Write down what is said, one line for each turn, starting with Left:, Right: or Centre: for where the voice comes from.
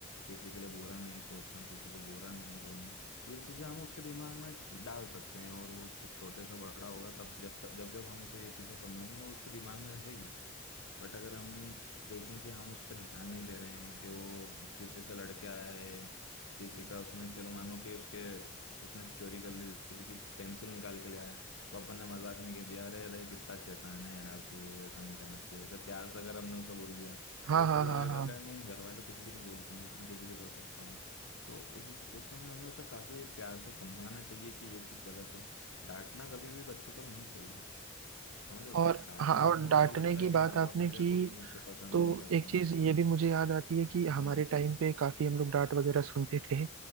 Left: किसी के लिए बुरा नहीं सोचना किसी को बुरा नहीं बोलना ये चीजें हम उसके दिमाग में डाल सकते हैं और वो जब छोटे से बड़ा होगा तब जब तक जब जब हम उसे ये चीजें समझाएंगे वो उसके दिमाग में रहेगी बट अगर हम देखें कि हम उस पर ध्यान नहीं दे रहे हैं कि वो किसी से लड़के आया है किसी का उसने चलो मानो कि उसके उसने चोरी कर ली जैसे कि पेंसिल निकाल के ले आया तो अपन ने मजाक में कह दिया अरे अरे कितना शैतान है यार तू ऐसा नहीं करना चाहिए ऐसे प्यार से अगर हमने उसे बोल दिया
Right: हाँ
Left: तो उसे
Right: हाँ
Left: लगेगा
Right: हाँ हाँ
Left: कि नहीं घर वाले कुछ भी नहीं बोलते हैं मैं कुछ भी कर सकता हूँ तो उस उस समय हमें उसे काफी प्यार से समझाना चाहिए कि ये चीज़ गलत है डांटना कभी भी बच्चों को नहीं चाहिए समझ रहे हो
Right: और
Left: डांटने
Right: हाँ और
Left: से उन्हें
Right: डांटने
Left: ये लगता
Right: की
Left: है कि
Right: बात
Left: माँ
Right: आपने
Left: बाप मेरे
Right: की
Left: बहुत मुझसे पसंद
Right: तो
Left: ही नहीं करते
Right: एक
Left: हैं
Right: चीज ये भी मुझे याद आती है कि हमारे
Left: हम्म
Right: टाइम पे काफी हम लोग डांट वगैरह सुनते थे